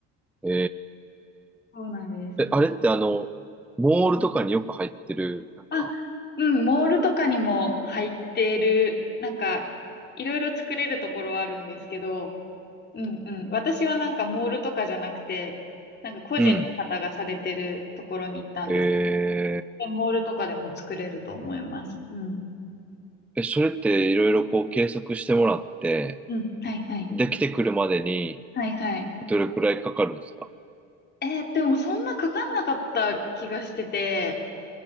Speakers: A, in the centre; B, on the left (about 35°).
A: え
B: そうなんです。
A: ー、え、あれってあの、モールとかによく入ってる、なんか、
B: あ、うん、モールとかにも入ってる、なんか、いろいろ作れるところはあるんですけど、うんうん。私はなんかモールとかじゃなくて、なんか個人の方がされてるところに行ったんです。
A: うん。え
B: で、モールとかでも作れると思います。うん。
A: え、それっていろいろこう計測してもらって、
B: うん。はいはい。
A: できてくるまでに
B: はいはい。
A: どれくらいかかるんですか
B: えーでもそんなかかんなかった気がしてて、